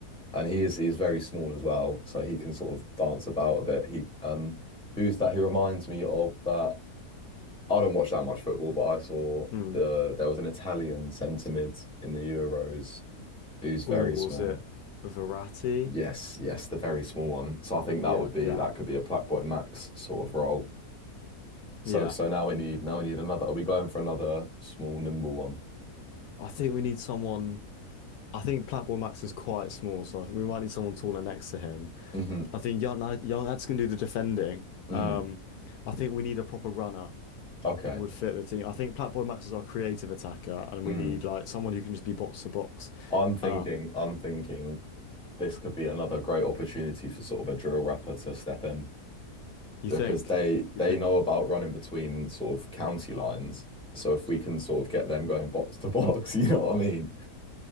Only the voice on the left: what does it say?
Mm.
Oh,
was
it Verratti?
Yeah,
yeah,
yeah.
I think we need someone. I think Platboy Max is quite small, so I think we might need someone taller next to him.
I think young young Ads can do the defending.
Um, I think we need a proper runner
would fit the team. I think Platboy Max is our creative attacker, and
we need like someone who can just be box to box.
Um,
you
think?
You
think?